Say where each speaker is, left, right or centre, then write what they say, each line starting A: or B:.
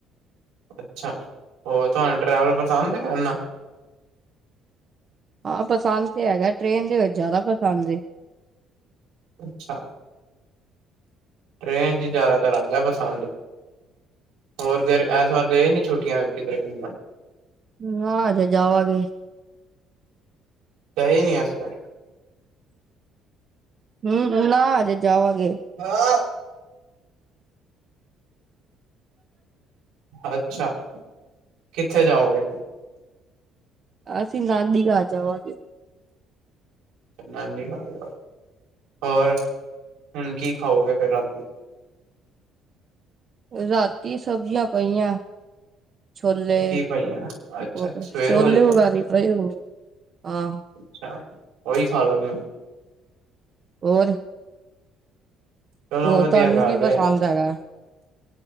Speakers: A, on the right (about 85°); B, on the right (about 45°).
A: ਅੱਛਾ, ਹੋਰ ਤੁਹਾਨੂੰ ਟਰੈਵਲ ਪਸੰਦ ਹੈਗਾ ਕਰਨਾ
B: ਹਾਂ ਪਸੰਦ ਤੇ ਹੈਗਾ, ਟ੍ਰਰੇਨ ਦੇ ਵਿੱਚ ਜ਼ਿਆਦਾ ਪਸੰਦ ਏ
A: ਅੱਛਾ ਟ੍ਰੇਨ ਚ ਜ਼ਿਆਦਾਤਰ ਆਉਂਦਾ ਪਸੰਦ ਹੋਰ ਫਿਰ, ਐਸ ਵਾਰ ਗਏ ਨੀ ਛੁਟਿਆਂ ਚ, ਕਿਧਰੇ ਘੁੰਮਣ
B: ਨਾ ਹਜੇ ਜਾਵਾਂਗੇ।
A: ਗਏ ਨੀ ਐਸ ਵਾਰ
B: ਹੂੰ, ਨਾ ਹਜੇ ਜਾਵਾਂਗੇ
A: ਹਾਂ ਅੱਛਾ ਕਿੱਥੇ ਜਾਓਗੇ।
B: ਅਸੀਂ ਨਾਨੀ ਘਾਰ ਜਾਵਾਗੇ
A: ਨਾਨੀ ਘਾਰ ਜਾਯੋਗੇ, ਹੋਰ ਹੁਣ ਕੀ ਖਾਓਗੇ ਫੇਰ ‌ਰਾਤੀ।
B: ਰਾਤੀ ਸਬਜ਼ੀਆਂ ਪਈਆਂ ਐ। ਛੋਲੇ
A: ਕੀ ਪਈਆਂ ਅੱਛਾ
B: ਵ,
A: ਸਵੇਰ
B: ਛੋਲੇ
A: ਵਾਲੇ
B: ਵਗੈਰੇ ਹੀ ਪਏ ਹੁਣ। ਆਹ
A: ਅੱਛਾ, ਉਹੀ ਖਾ ਲੋਗੇ
B: ਹੋਰ
A: ਚਲੋ
B: ਹੋਰ,
A: ਵਧੀਆ
B: ਤੁਹਾਨੂੰ
A: ਗੱਲ
B: ਕੀ ਪਸੰਦ
A: ਏ
B: ਹੈਗਾ